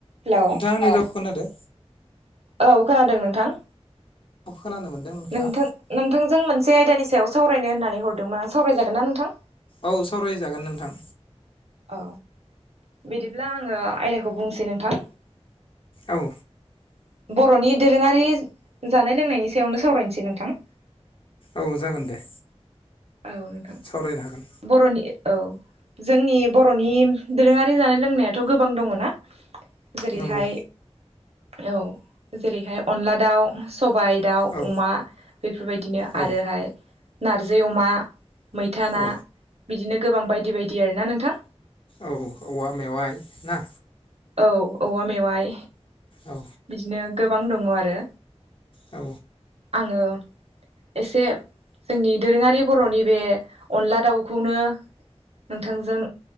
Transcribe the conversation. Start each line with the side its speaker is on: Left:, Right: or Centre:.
Right: Hello
Left: नोंथाङा आंनि राव खोनादो।
Right: औ खोनादों नोंथां।
Left: खोनानो मोनदों नोंथाङा
Right: नोंथां नोंथांजों मोनसे आयदानि सायाव सावरायनो होननानै हरदोंमोन आं सावरायजागोन ना नोंथां।
Left: औ सावरायजागोन नोंथां।
Right: औ बिदिब्ला आङो आयदाखौ बुंसै नोंथां।
Left: औ।
Right: बर'नि दोरोङारि जानाय-लोंनायनि सायावनो सावरायनोसै नोंथां
Left: औ जागोन दे।
Right: औ नोंथां,
Left: सावरायनो हागोन
Right: बर'नि औ जोंनि बर'नि दोरोङारि जानाय-लोंनायाथ' गोबां दङ ना जेरैहाय
Left: नंगौ
Right: औ जेरैहाय अनला दाउ, सबायाइ दाउ,
Left: औ
Right: अमा बेफोरबायदिनो
Left: औ
Right: आरोहाय नारजि अमा, मैथा ना
Left: औ
Right: बिदिनो गोबां बायदि बायदि आरो ना नोंथां
Left: औ। औवा मेवाइ ना?
Right: औ औवा मेवाइ
Left: औ
Right: बिदिनो गोबां दङ आरो
Left: औ
Right: आङो एसे जोंनि दोरोङारि बर'नि बे अनला दाउखौनो नोंथांजों